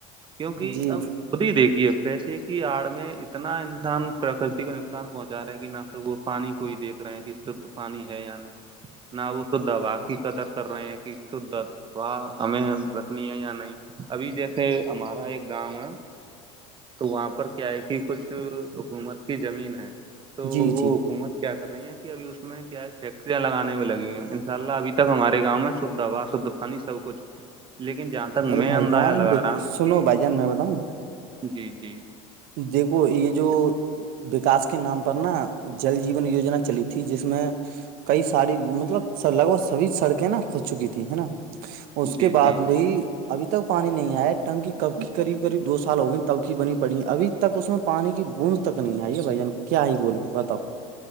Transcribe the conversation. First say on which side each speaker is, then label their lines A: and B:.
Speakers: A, on the right; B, on the right.
A: کیونکہ
B: جی
A: اب خود ہی دیکھیے پیسے کی آڑ میں اتنا انسان پرکتی کو نقصان پہنچا رہا ہے کہ نہ تو وہ پانی کو ہی دیکھ رہے ہیں کہ شھ پانی ہے یا نہیں نہ وہ سد باقی قدر کر رہے ہیں کہ سد تواہ ہمیں رکھنی ہے یا نہیں ابھی جیسے ہمارا ایک گاؤں ہے تو وہاں پر کیا ہے کہ کچھ حکومت کی زمین ہے تو
B: جی
A: وہ
B: جی
A: حکومت کیا رہی ہیں کہ اب اس میں کیا فیکٹریا لگانے میں لگی ہیں ان شاء اللہبھی تک ہمارے گؤں میں شدھ ہ ہوا شدھ سب کچھ لیکن جہاں تک
B: ارے
A: میں
B: بھائی
A: اندازہ
B: جان
A: لگا رہا ہوں
B: سنو
A: کہ
B: بھائی جان میں بتاؤں
A: جی جی
B: دیکھو یہ جو وکاس کے نام پر نا جل جیون یوجنا چلی تھی جس میں کئی ساری مطلب لگ بھگ سبھی سڑکیں نا کھج چکی تھی نا اس
A: جی
B: کے بعد
A: جی
B: بھی ابھی تک پانی نہیں آیا ہے ٹنکی کب کی قریب قریب دو سال ہو گئی تب کی بنی پڑی ابھی تک اس میں پانی کی بوند تک نہیں آئی بھائی جان کیا ہی بولے بتاؤ